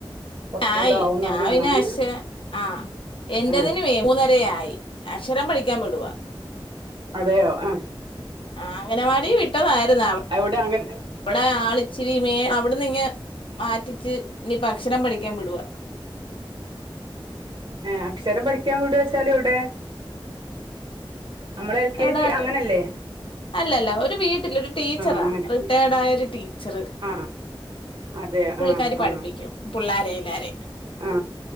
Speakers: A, on the right; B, on the left.
A: കൊറച്ച്
B: ആയി
A: ഇതാവുംന്ന്
B: ഞാൻ
A: പറഞ്ഞ
B: പിന്നെ
A: അങ്ങനെ
B: പക്ഷേ ആഹ് എന്റതിന്
A: ആ
B: മൂന്നര ആയി അക്ഷരം പഠിക്കാൻ വിടുവാ
A: അതെയോ അഹ്
B: ആഹ് അംഗനവാടി വിട്ടതായിരുന്നു അവ-
A: അവിടെ അങ്ങനെ
B: അവിടെ ആളിച്ചിരി മേ അവിടുന്ന് ഇങ്ങ് മാറ്റിച്ച് ഇനി ഇപ്പം അക്ഷരം പഠിക്കാൻ വിടുവാ
A: ഏഹ് അക്ഷരം പഠിക്കാൻ വിടുവാച്ചാല് എവിടെ? നമ്മള് എൽ കെ
B: എവിടായിട്ട്
A: ജി അങ്ങനെയല്ലേ?
B: അല്ലല്ല ഒരു വീട്ടില് ഒരു ടീച്ചറാ
A: അങ്ങനെ
B: റിട്ടയേർഡ് ആയ ഒരു ടീച്ചറ്
A: ആ അതെയോ
B: പുള്ളിക്കാരി
A: ആ ആ
B: പഠിപ്പിക്കും. പുള്ളാരെ എല്ലാരേം.
A: ആ